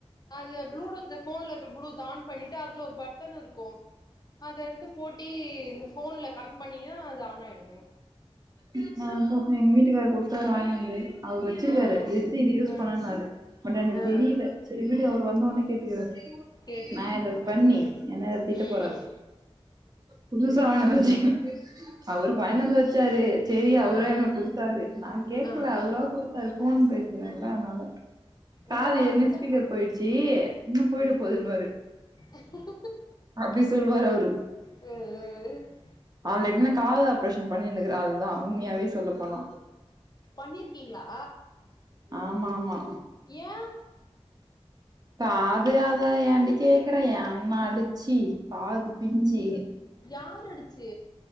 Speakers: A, on the left; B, on the right.
A: அதுல ப்ளூ டூத்ல போன்ல இருக்க ப்ளூத் ஆன் பண்ணிட்டு அதல ஒரு பட்டனு இருக்கு அத எடுத்து போட்டி இந்த போன்ல கனக்ட் பண்ணீங்கனா அது ஆன் ஆய்டுமே
B: ம் அதுபோக எங்க வீட்டுக்காரு கொடுத்தாரு வேண்டான்டுருவே அவரு வச்சிருக்காரு
A: ஆ
B: எத்து இது யூஸ்
A: ஆ
B: பண்ணுனாரு பட் எனக்கு
A: ஆ
B: தெரில சரி விடு அவர் வந்த உடனே கேட்டுக்குறே
A: கேட்டுங்க
B: நா இத பண்ணி
A: ஆ
B: என்ன வேற திட்ட
A: ம்
B: போறாரு புதுசா வாங்கினு வந்தாச்சு அவரு வாய்ன்ட்டு வந்து வச்சாரு சேரி அவரே
A: ஆ
B: எனக்கு குடுத்தாரு நான் கேக்கல
A: ஆ
B: அவரா
A: ஆ
B: குடுத்தாரு ஃபோன் பேசனல அதனால காது
A: இந்த கா
B: ஏற்கனே
A: இந்த
B: ஸ்பீகர் போய்டுச்சி இன்னு போய்ட போதுன்னுவாரு
A: ஹ
B: அப்டி சொல்லுவாரு அவரு
A: ம் ம் ம்
B: அவ லெக்குன கால் ஆப்ரேஷன் பண்ணினுருகிற ஆள் தா உண்மயாவே சொல்ல போன
A: பண்ணிருக்கீங்களா
B: ஆம்மா ஆம்மா
A: ஏன்
B: காது அத ஏன்டி கேக்கற என் அண்ணா அடிச்சி காது பிஞ்சி
A: யாரு அடிச்சி